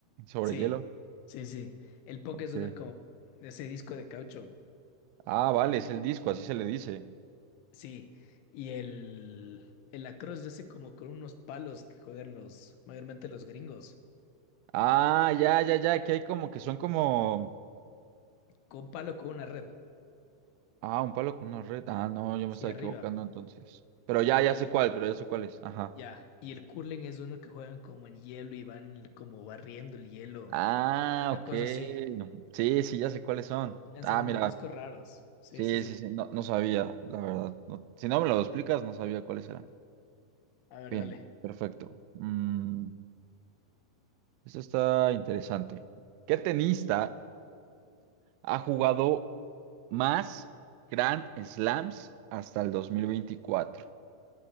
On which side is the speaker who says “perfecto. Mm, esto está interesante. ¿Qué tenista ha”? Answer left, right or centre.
Right